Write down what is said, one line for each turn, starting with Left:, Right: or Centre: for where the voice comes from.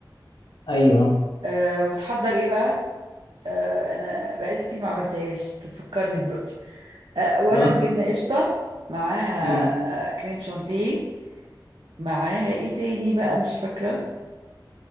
Left: ايوه
Right: أه وتحضر ايه بقى آه، انا بقالي كتير ما عملتهاش تتفكرني دلوقتي آه، اولا
Left: <laughs>
Right: جبنه قشطه معاها
Left: مم.
Right: آه، كريم شانتيه معاها ايه تاني بقى مش فاكره